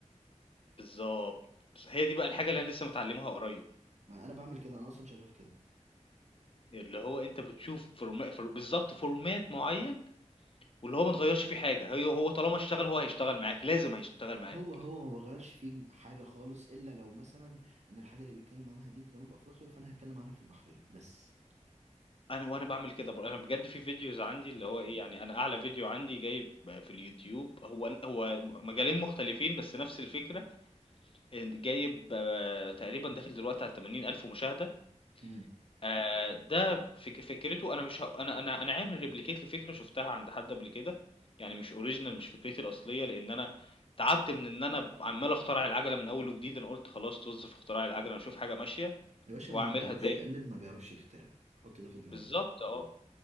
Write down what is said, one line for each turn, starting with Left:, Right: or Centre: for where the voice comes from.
Left: بالضبط. بس هي دي بقى الحاجة اللي أنا لسه متعلّمها قريب.
Right: ما انا بعمل كده انا اصلا شغال كده
Left: اللي هو أنت بتشوف فورما فور بالضبط فورمات معيّن واللي هو ما تغيّرش فيه حاجة. هي هو طالما اشتغل هو هيشتغل معاك، لازم هيشتغل معاك.
Right: هو هو ما بغيرش فيه حاجه خالص الا لو مثلا ان الحاجه اللي بيتكلم عنها دي في جنوب افريقيا فانا هتكلم عنها في البحرين بس
Left: أنا وأنا باعمل كده بر أنا بجد في فيديوز عندي اللي هو إيه، يعني أنا أعلى فيديو عندي جايب في اليوتيوب هو ن هو م مجالين مختلفين بس نفس الفكرة، إن جايب آه، تقريبًا داخل دلوقتي على ال80.000 مشاهدة.
Right: امم
Left: آآ ده فك فكرته أنا مش ه أنا أنا أنا عامل replicate لفكرة شُفتها عند حد قبل كده، يعني مش original مش فكرتي الأصلية، لإن أنا تعبت من إن أنا عمّال أخترع العَجَلة من أول وجديد، أنا قُلت خلاص طُز في اختراع العَجَلة، أنا أشوف حاجة ماشية
Right: يا باشا
Left: وأعملها
Right: اللي ما بيعرفش
Left: تاني.
Right: يقلد ما بيعرفش يخترع حط ده في دماغك
Left: بالضبط آه.